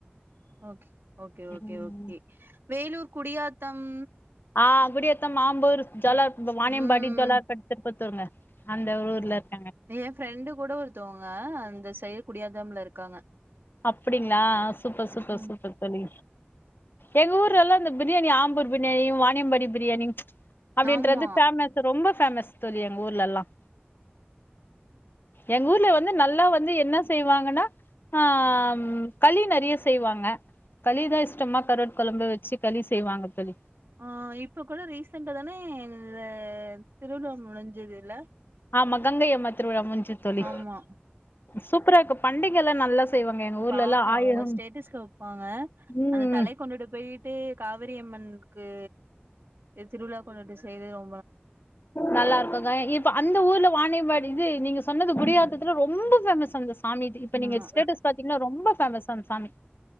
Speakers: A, on the right (about 70°); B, on the left (about 60°).
A: ஓக்கே ஓக்கே
B: ம்
A: ஓக்கே வேலூர் குடியா தம்
B: ஆஹ் குடி ஏத்தம் மாம்பூர் ஜாலா வானியம்
A: ம்
B: பாடி ஜாலா கடுத்துட்டு பத்துவங்க அந்த ஊர்லத்
A: என் ஃப்ரெண்டு கூட ஒருத்தவங்க அந்த செய்ய குடியாதம்ல இருக்காங்க
B: அப்படிங்களா சூப்பர் சூப்பர்
A: ம்
B: சூப்பர் தோழி எங்க ஊர்ல எல்லா இந்த பிரியாணி ஆம்பூர் பிரியாணி வாானியம்பாடி பிரியாணி அப்படின்றது
A: ஆமா
B: ஃபேமஸ் ரொம்ப ஃபேமஸ் தோழி எங்க ஊர்ல்லாம் எங்க ஊர்ல வந்து நல்லா வந்து என்ன செய்வாங்கன்னா ஆஹ் களி நிறைய செய்வாங்க களிதான் இஷ்டமா கரு குழம்பு வச்சு களி செய்வாங்க தோழி
A: ஆஹ் இப்ப கூட ரீசென்டா தானே இது திருவள்ளுவம் முடிஞ்சதுல
B: ஆமா கங்கை அம்ம திருவிழா முடிஞ்சுது தோழி
A: ஆமா
B: சூப்பரா இருக்கு பண்டிகைல்லாம் நல்லா செய்வாங்க எங்க ஊர்லல்லா
A: பாப்பேன்
B: ஆயிரம்
A: அவங்க ஸ்டேட்டஸ்ல வைப்பாங்க
B: ம்
A: அந்த தலை கொண்டுட்டு போயிட்டு காவிரி அம்மன் க்கு எ திருவிழா கூட செய்துரோ
B: நல்லா இருக்கும் இப்ப அந்த ஊர்ல வாணிய வாணியம்பாடி இது நீங்க சொன்னது குடியாத்தத்தில ரொம்ப ஃபேமஸ் அந்த சாமி இப்ப நீங்க
A: ஆமா
B: ஸ்டேட்டஸ் பாத்தீங்கன்னா ரொம்ப பேமஸ் அந்த சாமி